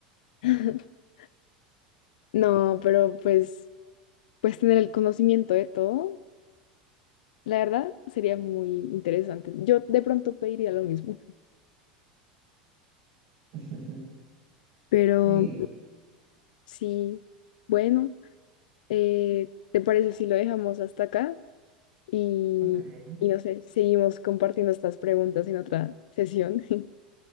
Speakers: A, on the left; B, on the right.
A: <laughs> No, pero pues, pues tener el conocimiento de todo, la verdad, sería muy interesante. Yo de pronto pediría lo mismo,
B: <laughs>
A: pero
B: Sí,
A: sí, bueno, eh, ¿te parece si lo dejamos hasta acá? Y,
B: ok.
A: y no sé, seguimos compartiendo estas preguntas en otra sesión. <laughs>